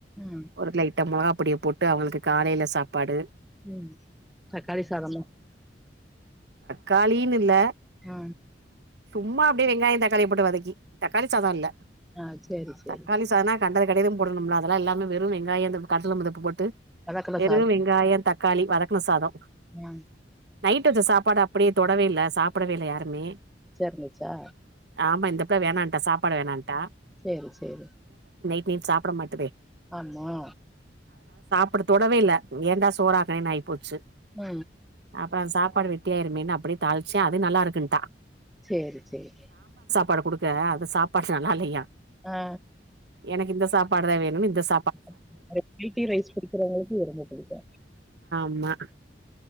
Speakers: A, in the centre; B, on the right.
A: ம்
B: ஒரு லைட்டா மொளகாப் பொடிய போட்டு அவங்களுக்கு காலைல சாப்பாடு
A: ம் தக்காளி சாதம்மா <inaudible>
B: காலின் இல்ல
A: ஆ
B: சும்மா அப்டியே வெங்காயோ தக்காளிய போட்டு வதக்கி தக்காளி சாதோ இல்ல
A: ஆ சரி சரி
B: தக்காளி சாதோனா கண்டது கலியது போடணும்லா அதெல்லா இல்லாம வெறு வெங்காயோ அந்த கடல முதப்பு போட்டு
A: வெலக்கல
B: வெரு
A: சாதம்
B: வெங்காயோ தக் க்காளி வதக்கண சாதோ
A: ஆ
B: நைட் வச்ச சாப்பாடு அப்படியே தொடவே இல்ல சாப்பிடவே இல்ல யாருமே
A: மிச்ச இருந்துச்சா
B: ஆமா இந்தப்ள வேணான்டா சாப்பாடு வேணட்டா
A: சேரி சேரி
B: மீன் சாப்பிட மாட்டேது
A: ஆமா
B: பட தொடவே இல்ல ஏண்டா சோறாக்குனேனு ஆய் போச்சு
A: உ
B: அதா சாப்பாடு வெத்தியாயிருமேனு அப்டியே தாளிச்சே அது நல்லா இருக்குன்ட்டா
A: சேரி சேரி
B: பட குடுக்க அத சாப்பாடு நல்லா இல்லயா
A: ஆ
B: எனக்கு இந்த சாப்பாடுதா வேண் இல்லன்ஸ்
A: அ வெரைட்டி ரைஸ் பிடிக்கிறவங்களுக்கு இது ரொம்ப பிடிக்கு
B: ம்மா